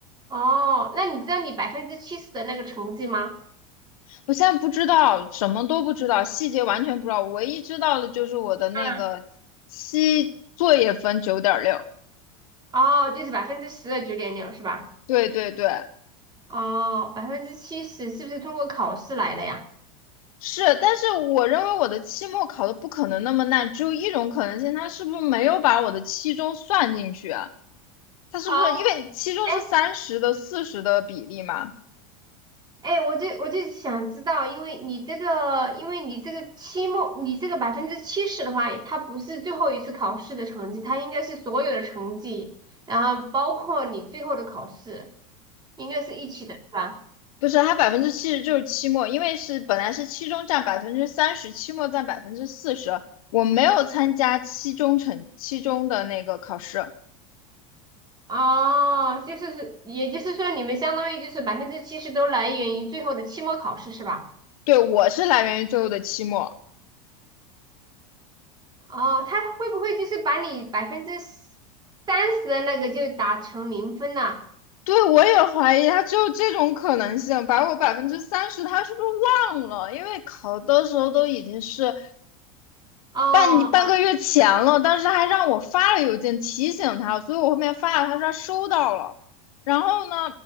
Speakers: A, on the right; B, on the left.
A: 哦，那你知道你百分之七十的那个成绩吗？
B: 我现在不知道什么都不知道，细节完全不知道，我唯一知道的就是我的那个期作业分九点六，
A: 嗯。哦，就是百分之十的九点六是吧？
B: 对对对。
A: 哦，百分之七十是不是通过考试来的呀？
B: 是，但是我认为我的期末考的不可能那么烂，只有一种可能性，他是不是没有把我的期中算进去啊？他是不是因为期中是三十的四十的比例嘛？
A: 哦，哎哎，我就我就想知道，因为你这个，因为你这个期末，你这个百分之七十的话，它不是最后一次考试的成绩，它应该是所有的成绩，然后包括你最后的考试，应该是一起的，是吧？
B: 不是，他百分之七十就是期末，因为是本来是期中占百分之三十，期末占百分之四十。我没有参加期中成期中的那个考试，
A: 哦，就是是，也就是说，你们相当于就是百分之七十都来源于最后的期末考试，是吧？
B: 对我是来源于最后的期末。
A: 哦，他会不会就是把你百分之三十的那个就打成零分了？
B: 对我也怀疑他只有这种可能性，把我百分之三十他是不是忘了？因为考的时候都已经是
A: 哦，
B: 半半个月前了，当时还让我发了邮件提醒他，所以我后面发了，他说他收到了，然后呢